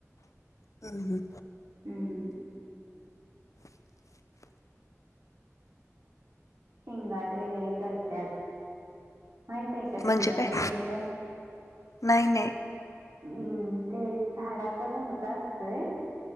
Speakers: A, on the left; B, on the right.
A: हं.
B: हम्म. शेंगाट वगैरे करत्यात माहित आहे, का
A: म्हणजे
B: शेंगाट
A: काय
B: वगैरे काय.
A: नाही, नाही
B: हम्म तो झाडाचा बुंदका असतोय